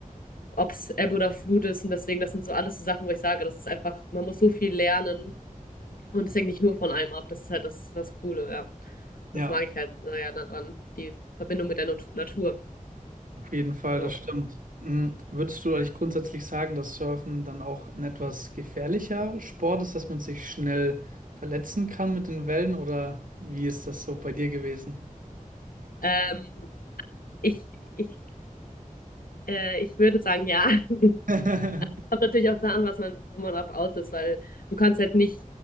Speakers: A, on the left; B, on the right.
A: ob es Ebbe oder Flut ist. Und deswegen, das sind so alles so Sachen, wo ich sage, das ist einfach, man muss so viel lernen und es hängt nicht nur von einem ab, das ist halt das, das Coole, ja. Das
B: Ja.
A: mag ich halt äh, ja daran, die Verbindung mit der Nat Natur.
B: Auf jeden Fall,
A: Ja.
B: das stimmt. Mm, Würdest du eigentlich grundsätzlich sagen, dass Surfen dann auch ein etwas gefährlicher Sport ist, dass man sich schnell verletzen kann mit den Wellen oder wie ist das so bei dir gewesen?
A: Ähm, ich, ich, äh, ich würde sagen, ja. <laughs>
B: <laughs>
A: Kommt natürlich auch daran, was man, wo man drauf aus ist, weil du kannst halt nicht